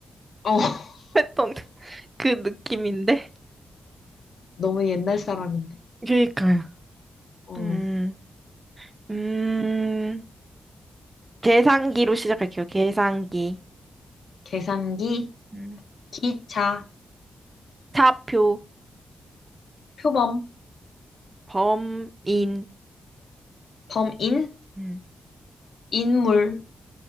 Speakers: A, on the left; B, on the right.
A: 어, <laughs>
B: 했던 <laughs> 그 느낌인데.
A: 너무 옛날 사람인데.
B: 그러니까요.
A: 어,
B: 음, 음, 계산기로 시작할게요. 계산기.
A: 계산기,
B: 음.
A: 기차,
B: 차표,
A: 표범,
B: 범인,
A: 범인,
B: 음.
A: 인물,